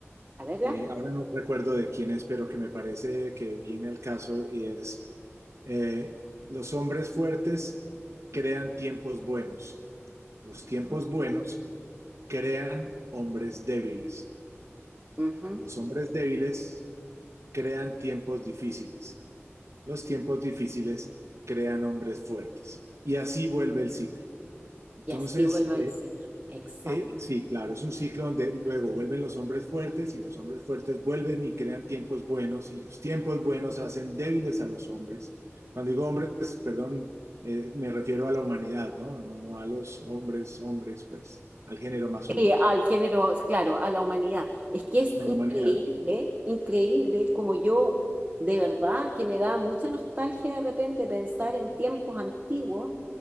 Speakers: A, on the right; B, on the right.
A: a verla.
B: eh, ahora no recuerdo de quién es, pero que me parece que viene al caso y es, eh, los hombres fuertes crean tiempos buenos. Los
A: Ujú,
B: tiempos buenos crean hombres débiles.
A: ujú.
B: Los hombres débiles crean tiempos difíciles. Los tiempos difíciles crean hombres fuertes. Y así vuelve el ciclo. Entonces,
A: Y así vuelve
B: eh,
A: el ciclo. Exacto.
B: eh, sí, claro, es un ciclo donde luego vuelven los hombres fuertes y los hombres fuertes vuelven y crean tiempos buenos y los tiempos buenos hacen débiles a los hombres. Cuando digo hombres, perdón, eh, me refiero a la humanidad, ¿no? No, no a los hombres, hombres, pues, al género masculino,
A: Sí, al género, claro, a la humanidad. Es que es
B: a
A: increíble,
B: la humanidad.
A: increíble como yo, de verdad, que me da mucha nostalgia de repente pensar en tiempos antiguos,